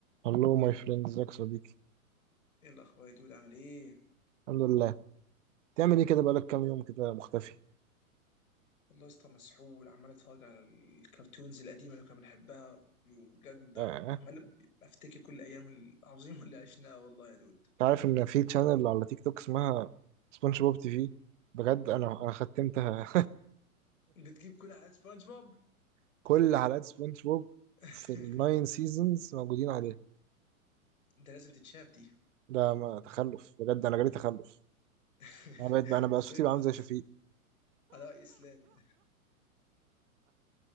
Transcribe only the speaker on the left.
ايه الاخبار يا دود عامل ايه
والله يا اسطى مسحول عمال اتفرج على الكرتونز القديمه اللي كنا بنحبها بجد
عم- عمال افتكر كل ايام العظيمه اللي عشناها والله يا دود
بتجيب كل حلقات سبونج بوب
<laughs>
ده لازم تتشاف دي
<laughs>
برين
وات
على رأي اسلام